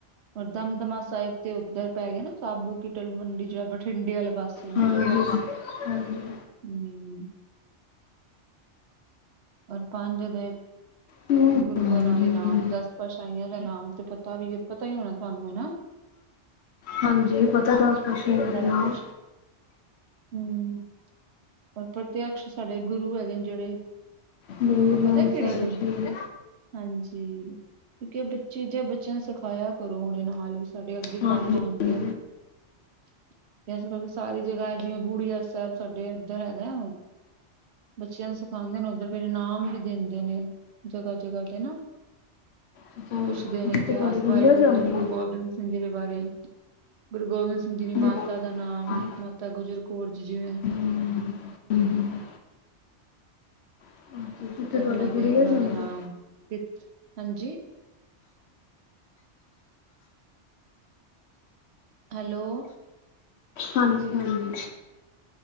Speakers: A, on the right; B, on the left.
A: ਔਰ, ਦਮਦਮਾ ਸਾਹਿਬ ਤੇ ਉੱਧਰ ਪੈ ਗਿਆ ਨਾ ਸਾਬੋ ਤਲਵੰਡੀ ਜੋ ਹੈ ਬਠਿੰਡੇ ਵਾਲੇ ਪਾਸੇ ਨਾ?
B: ਹਾਂਜੀ ਹਾਂਜੀ
A: ਹਮ। <inaudible> ਔਰ ਪੰਜ ਦੇ
B: ਹਮ
A: ਗੁਰੂ
B: ਹਾਂਜੀ
A: ਉਹਨਾਂ ਦੇ ਨਾਮ ਦਾ ਸਪਸ਼ <unintelligible> ਦਾ ਨਾਮ ਤੇ ਪਤਾ ਵੀ ਪਤਾ ਹੀ ਹੋਣਾ ਤੁਹਾਨੂੰ ਹਨਾ?
B: ਹਾਂਜੀ, ਪਤਾ ਦੱਸ ਪਾਤਸ਼ਾਹੀਆਂ
A: ਦਸ
B: ਦੇ ਨਾਮ।
A: ਪਾਤਸ਼ਾਹ ਹੂੰ, ਔਰ ਪ੍ਰਤਿਯਕਸ਼ ਸਾਡੇ ਗੁਰੂ ਹੈਗੇ ਨੇ ਜਿਹੜੇ?
B: ਗੁਰੂ
A: ਉਹ
B: ਗ੍ਰੰਥ
A: ਪਤਾ ਏ ਕਿਹੜੇ
B: ਸਾਹਿਬ
A: ਹੈਗੇ ਨੇ?
B: ਜੀ
A: ਹਾਂਜੀ। ਕਿਉਂਕਿ ਬੱਚੇ ਜੇ ਬੱਚਿਆਂ ਨੂੰ ਸਿਖਾਇਆ ਕਰੋ ਹੁਣੇ ਨਾਲ ਹੀ ਸਾਡੇ ਅੱਗੇ
B: ਹਾਂਜੀ
A: ਕੰਮ ਆਨਗੇ।
B: ਹਾਂਜੀ
A: <unintelligible> <unintelligible> <unintelligible> ਕਰਕੇ ਸਾਰੀ ਜਗ੍ਹਾ ਹੈ ਜਿਵੇਂ ਬੂੜੀਆ ਸਾਹਿਬ, ਸਾਡੇ ਇੱਧਰ ਹੈਗਾ। ਬੱਚਿਆਂ ਨੂੰ ਸਿਖਾਉਂਦੇ ਨੇ ਉੱਧਰ। ਫੇਿਰ ਇਨਾਮ ਵੀ ਦਿੰਦੇ ਨੇ ਜਗ੍ਹਾ, ਜਗ੍ਹਾ ਤੇ ਨਾ।
B: ਜਿੱਥੇ
A: ਪੁੱਛਦੇ ਨੇ,
B: ਜਿੱਥੇ
A: ਇਤਿਹਾਸ
B: ਤੁਹਾਡੀ ਗੁੜੀਆ
A: ਬਾਰੇ ਪੁੱਛਦੇ
B: ਜਾਂਦੀ
A: ਨੇ,
B: ਹੈ
A: ਗੁਰੂ ਗੋਬਿੰਦ ਸਿੰਘ ਜੀ ਦੇ ਬਾਰੇ। ਗੁਰੂ ਗੋਬਿੰਦ ਸਿੰਘ ਜੀ ਦੀ
B: ਜਿ-
A: ਮਾਤਾ ਦਾ ਨਾਮ,
B: ਹਮ,
A: ਮਾਤਾ ਗੁਜਰ ਕੌਰ ਜੀ ਜਿਵੇਂ।
B: ਹਮ, ਹਮ, ਅੱਛਾ, ਜਿੱਥੇ
A: ਔਰ
B: ਤੁਹਾਡੀ
A: ਉਹਨਾਂ ਦੇ,
B: ਗੁੜੀਆ
A: ਉਹਨਾਂ
B: ਜਾਂਦੀ
A: ਦਾ ਨਾਮ,
B: ਹੈ
A: ਹਾਂਜੀ। ਹੈਲੋ।
B: ਹਾਂਜੀ, ਹਾਂਜੀ।